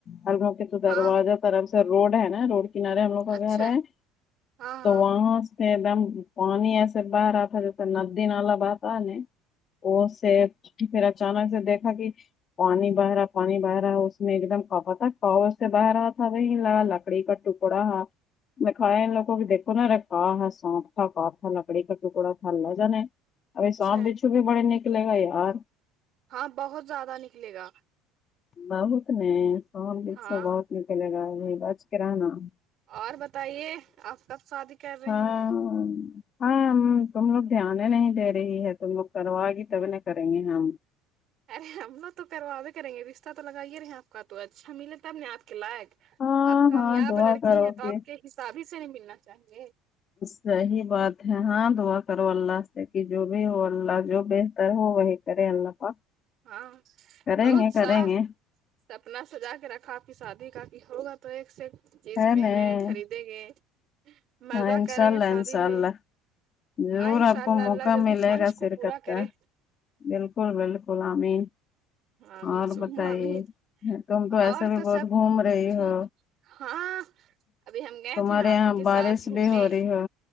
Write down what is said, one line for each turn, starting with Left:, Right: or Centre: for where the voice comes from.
Left: ہلوک کہ
Right: ہاں
Left: دروازہ طرف سے روڈ ہے نا روڈ کنارے ہم لوگ کا
Right: اچھا
Left: گھر ہے
Right: ہاں
Left: تو
Right: ہاں
Left: وہاں ایک دم پانی ایسے بہ رہا تھا جیسے ندی نالا بہتا ن وہ سے پھر اچانک سے دیکھا کہ پانی باہرا پانی بہ رہا اس میں ایک دم کپا تھا کو سے بہ رہا تھا وہ لا لکڑی کا ٹکڑا دکھایا ان لگوں کی دیکو نا ہا سانپ تھا ک تھا لکڑی کا ٹکڑا تھا ل جانا ابھی
Right: اچھا
Left: سانپ بچھو بھی بڑے نکلے گا یار
Right: ہاں بہت زیادہ نکلے گا
Left: بہت نے سوام دسو
Right: ہاں
Left: بہت نکلے گا بچ کر رہا <unintelligible>
Right: اور بتائیے آپ کب شادی کر رہی
Left: ہاں
Right: ہیں
Left: ہاں تم لوگ دھیان نہیں دے رہی ہے تم لوگ کروائے گی تبھی نہیں کریں گے ہم
Right: ارے ہم لوگ تو کرواازے کریں گے رشتہ تو لگائیے رہے آپ کا تو اچھا ملے تب نے آپ کے لائق
Left: ہاں
Right: آپ کامیاب
Left: ہاں دعا
Right: لڑکی
Left: کرو
Right: ہیں تو
Left: کہ
Right: آپ کے حساب ہی سے نہیں ملنا چاہیے
Left: صحیح بات ہے ہاں دعا کرو اللہ سے کہ جو بھی ہو اللہ جو بہتر ہو وہی کرے اللہ پاک
Right: ہاں
Left: کریں
Right: بہت
Left: گے کریں
Right: سا
Left: گے
Right: سپنا سجا کے رکھا آپ کی شادی کا کہ ہوگا تو ایک سے جینس
Left: خیر
Right: پہن
Left: ہے ن
Right: گے خریدیں گے مزہ
Left: ہاں انشاء
Right: کریں
Left: اللہ
Right: گے شادی
Left: انشاء اللہ
Right: میں
Left: ضرور
Right: آ انشاء
Left: آپ
Right: اللہ
Left: کو موقع
Right: اللہ جلدی
Left: ملے
Right: خواہش
Left: گا
Right: کو
Left: شرکت
Right: پورا کرے
Left: کا بالکل بالکل امین
Right: آمین
Left: اور
Right: سم
Left: بتائیے
Right: آمین
Left: تم تو ایسے
Right: اور
Left: بھی بہت
Right: سب
Left: گھوم رہی
Right: ٹھیک
Left: ہو
Right: ہاں ابھی ہم گئے
Left: تمہارے
Right: تھے نا آپ
Left: یہاں
Right: ہی کے
Left: بارش
Right: ساتھ گھومنے
Left: بھی ہو رہی ہو